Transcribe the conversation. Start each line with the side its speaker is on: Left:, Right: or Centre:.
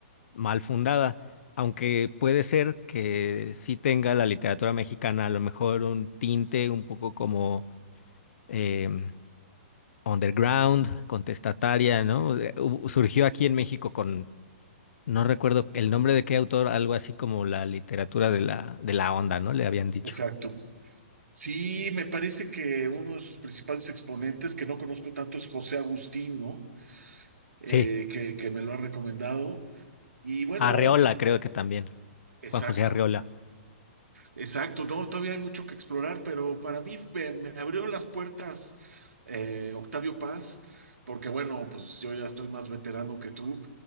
Left: mal fundada, aunque puede ser que sí tenga la literatura mexicana a lo mejor un tinte un poco como em, underground, contestataria, ¿no? Eh, hu- Surgió aquí en México con, no recuerdo el nombre de qué autor, algo así como la literatura de la, de la onda, ¿no? Le habían dicho.
Right: Exacto. Sí, me parece que uno de sus principales exponentes, que no conozco tanto, es José Agustín, ¿no? Eh,
Left: Sí,
Right: que, que me lo ha recomendado. Y bueno,
Left: Arreola
Right: eh,
Left: creo que también,
Right: exacto.
Left: Juan José Arreola.
Right: Exacto, no, todavía hay mucho que explorar, pero para mí me, me abrió las puertas eh, Octavio Paz, porque bueno, pues yo ya estoy más veterano que tú,